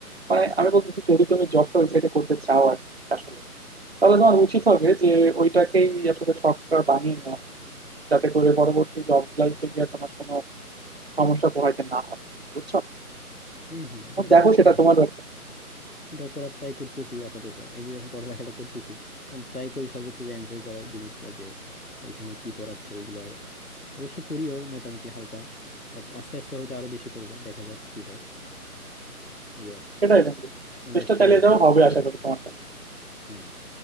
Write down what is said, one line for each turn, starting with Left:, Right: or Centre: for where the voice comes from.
Right: মানে আমি বলতেছি যদি তুমি জবটা ওই সাইডে করতে চাও আর কি আসলে তাহলে তোমার উচিত হবে যে ওইটাকেই আসলে শর্টকাট বানিয়ে নেওয়া যাতে করে পরবর্তী জব লাইফে গিয়ে তোমার কোনো সমস্যা পোহাইতে না হয় বুঝছো
Left: হম হম এটা
Right: এখন
Left: তো
Right: দেখো
Left: বুঝতে
Right: সেটা
Left: পারছি
Right: তোমার ব্যাপার
Left: এটা করার ট্রাই করতেছি আপাতত এই যে এখন পড়ালেখাটা করতেছি ট্রাই করি সর্বোচ্চ যে এনজয় করার জিনিসটা যে এখানে কি পড়াচ্ছে ওইগুলো অবশ্য করিও মোটামুটি হালকা বাট আস্তে আস্তে হয়তো আরো বেশি করব দেখা যাক কি হয় এই আর কি
Right: সেটাই বন্ধু
Left: ইন্ডাস্ট্রি
Right: চেষ্টা চালিয়ে
Left: রিলেটেড
Right: যাও হবে
Left: পড়ালেখা
Right: আশা করি তোমারটা
Left: হুম